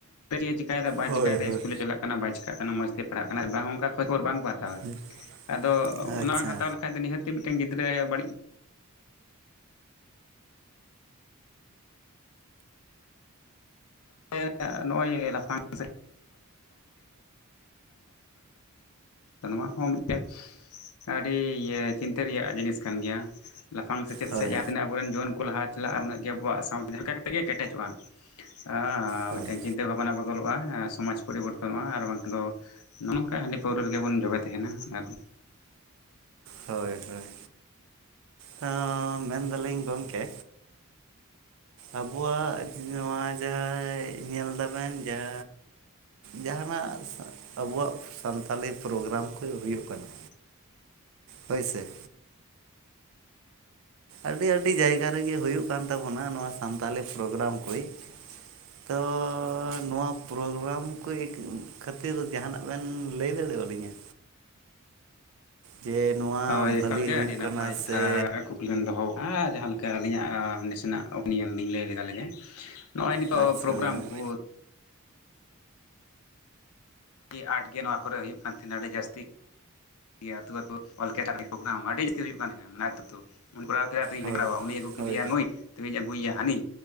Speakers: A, on the left; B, on the right.
A: ᱪᱮᱭ ᱪᱮᱠᱟᱭᱟᱫᱟ ᱵᱟᱭ
B: ᱦᱳᱭ
A: ᱪᱮᱠᱟᱹᱭᱮᱫᱟ
B: ᱦᱳᱭ
A: ᱤᱥᱠᱩᱞᱮ ᱪᱟᱞᱟᱜ ᱠᱟᱱᱟ ᱵᱟᱭ ᱪᱤᱠᱟᱜ ᱠᱟᱱᱟ ᱢᱚᱸᱡᱽ ᱛᱮ ᱯᱟᱲᱦᱟᱜ ᱠᱟᱱᱟᱭ ᱵᱟᱝ ᱚᱱᱠᱟ ᱠᱷᱚᱡᱽ ᱠᱷᱚᱵᱚᱨ ᱵᱟᱝ ᱠᱚ ᱦᱟᱛᱟᱣᱟ
B: <inaudible>
A: ᱟᱫᱚ
B: ᱟᱪᱪᱷᱟ
A: ᱚᱱᱟ ᱦᱟᱛᱟᱣ ᱞᱮᱠᱷᱟᱡ ᱫᱚ ᱱᱤᱦᱟᱹᱛ ᱢᱤᱫᱴᱮᱱ ᱜᱤᱫᱽᱨᱟᱹ ᱵᱟᱹᱲᱤᱡ <inaudible> ᱱᱚᱜᱼᱚᱭ ᱞᱟᱯᱷᱟᱝ ᱥᱮ <inaudible> ᱱᱚᱣᱟ ᱦᱚᱸ ᱢᱤᱫᱴᱮᱱ ᱟᱹᱰᱤ ᱤᱭᱟᱹ ᱪᱤᱱᱛᱟᱹ ᱨᱮᱭᱟᱜ ᱡᱤᱱᱤᱥ ᱠᱟᱱ ᱜᱮᱭᱟ ᱞᱟᱯᱷᱟᱝ ᱥᱮᱪᱮᱫ
B: ᱦᱳᱭ
A: ᱥᱮᱡ ᱡᱟᱦᱟᱸ ᱛᱤᱱᱟᱹᱜ ᱟᱵᱚᱨᱮᱱ ᱡᱩᱣᱟᱹᱱ ᱠᱚ ᱞᱟᱦᱟ ᱪᱟᱞᱟᱜᱼᱟ ᱩᱱᱟᱹᱜ ᱜᱮ ᱟᱵᱚᱣᱟᱜ ᱥᱟᱶᱛᱟ ᱡᱟᱦᱟᱸ ᱞᱮᱠᱟ ᱠᱟᱛᱮᱜ ᱜᱮ ᱠᱮᱴᱮᱡᱚᱜᱼᱟ। ᱟᱻ
B: ᱦᱳᱭ
A: ᱢᱤᱫᱴᱮᱱ ᱪᱤᱱᱛᱟᱹ ᱵᱷᱟᱵᱱᱟ ᱵᱚᱫᱚᱞᱚᱜᱼᱟ ᱥᱚᱢᱟᱡ ᱯᱚᱨᱤᱵᱚᱨᱛᱚᱱᱚᱜᱼᱟ ᱟᱨ ᱵᱟᱝᱠᱷᱟᱱ ᱫᱚ ᱱᱚᱜᱼᱚ ᱱᱚᱝᱠᱟ ᱦᱟᱺᱰᱤ ᱯᱟᱹᱣᱨᱟᱹ ᱨᱮᱜᱮ ᱵᱚᱱ ᱡᱚᱵᱮ ᱛᱟᱦᱮᱱᱟ ᱟᱨᱦᱚᱸ
B: ᱦᱳᱭ ᱼ ᱦᱳᱭ ᱟᱻ ᱢᱮᱱᱫᱟᱹᱞᱤᱧ ᱜᱚᱢᱠᱮ ᱟᱵᱚᱣᱟᱜ ᱱᱚᱣᱟ ᱡᱟᱦᱟᱸᱭ ᱧᱮᱞ ᱫᱟᱵᱮᱱ ᱡᱟᱻ ᱡᱟᱦᱟᱱᱟᱜ ᱟᱵᱚᱣᱟᱜ ᱥᱟᱱᱛᱟᱞᱤ ᱯᱨᱚᱜᱨᱟᱢ ᱠᱚ ᱦᱩᱭᱩᱜ ᱠᱟᱱᱟ
A: <inaudible>
B: ᱦᱚᱭᱥᱮ ᱟᱹᱰᱤ ᱟᱹᱰᱤ ᱡᱟᱭᱜᱟ ᱨᱮᱜᱮ ᱦᱩᱭᱩᱜ ᱠᱟᱱ ᱛᱟᱵᱚᱱᱟ ᱱᱚᱣᱟ ᱥᱟᱱᱛᱟᱞᱤ ᱯᱨᱚᱜᱨᱟᱢ ᱠᱚᱭ
A: <inaudible>
B: ᱛᱚ ᱱᱚᱣᱟ ᱯᱨᱳᱜᱨᱟᱢ ᱠᱚ ᱠᱷᱟᱹᱛᱤᱨ ᱡᱟᱦᱟᱱᱟᱜ ᱵᱮᱱ ᱞᱟᱹᱭ ᱫᱟᱲᱮᱣᱟᱞᱤᱧᱟ ᱡᱮ ᱱᱚᱣᱟ
A: ᱦᱚᱭ
B: ᱵᱷᱟᱹᱞᱤ
A: ᱮᱠᱟᱞ ᱜᱮ
B: ᱦᱩᱭᱩᱜ
A: ᱟᱹᱰᱤ ᱱᱟᱯᱟᱭ
B: ᱠᱟᱱᱟ ᱥᱮ
A: ᱛᱷᱟ ᱠᱩ ᱵᱮᱱ ᱫᱚᱦᱚ ᱠᱟᱜᱼᱟ ᱡᱟᱦᱟᱸ ᱞᱮᱠᱟ ᱟᱹᱞᱤᱧᱟᱜ ᱱᱟᱥᱮᱱᱟᱜ ᱳᱯᱤᱱᱤᱭᱚᱱ ᱞᱤᱧ ᱞᱟᱹᱭ ᱞᱮᱜᱟ ᱞᱮᱜᱮ ᱱᱚᱜᱼᱚᱭ ᱱᱤᱛᱚᱜ
B: ᱟᱪᱪᱷᱟ
A: ᱯᱨᱳᱜᱨᱟᱢ
B: ᱦᱳᱭ
A: ᱠᱚ ᱟᱹᱰᱤ ᱟᱴ ᱜᱮ ᱱᱚᱣᱟ ᱠᱚᱨᱮ ᱦᱩᱭᱩᱜ ᱠᱟᱱ ᱛᱟᱦᱮᱱᱟ ᱟᱹᱰᱤ ᱡᱟᱹᱥᱛᱤ ᱟᱹᱛᱩ ᱟᱹᱛᱩ <unintelligible> ᱯᱨᱳᱜᱨᱟᱢ ᱟᱹᱰᱤ ᱡᱟᱹᱥᱛᱤ ᱦᱩᱭᱩᱜ ᱠᱟᱱ ᱛᱟᱦᱮᱸᱱᱟ ᱟᱹᱛᱩ ᱟᱹᱛᱩ ᱩᱱᱤ ᱠᱚᱨᱟᱣ ᱠᱮᱫᱟ ᱤᱧ
B: ᱦᱳᱭ
A: ᱦᱩᱧ ᱠᱚᱨᱟᱣᱟ ᱩᱱᱤ ᱟᱹᱜᱩ ᱠᱮᱫᱮᱭᱟ
B: ᱦᱳᱭ
A: ᱱᱩᱭ ᱛᱚᱵᱮᱧ ᱟᱹᱜᱩᱭᱭᱟ ᱦᱟᱹᱱᱤ